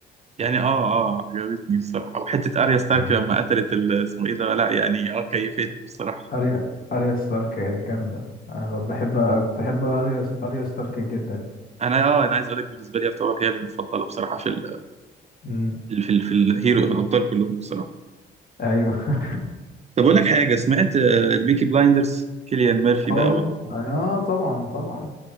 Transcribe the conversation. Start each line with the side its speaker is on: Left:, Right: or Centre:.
Right: يعني اه اه عجبتني بصراحة وحتة اريا ستارك
Left: <laughs>
Right: لما قتلت ال- اسمه ايه ده لا يعني اه كيفتني بصراحة
Left: اريا اريا ستارك جامدة انا بحب كنت بحب اريا اريا ستارك جدا
Right: انا اه انا عايز اقول لك بالنسبة لي يعتبر هي المفضلة بصراحة في ال
Left: امم
Right: في ال في الهيرو الابطال كلهم بصراحة
Left: ايوه <laughs>
Right: طب اقول لك حاجة سمعت آه، البيكي بلايندرز كيليان ميرفي بقى
Left: اه
Right: وال-
Left: اه طبعا طبعا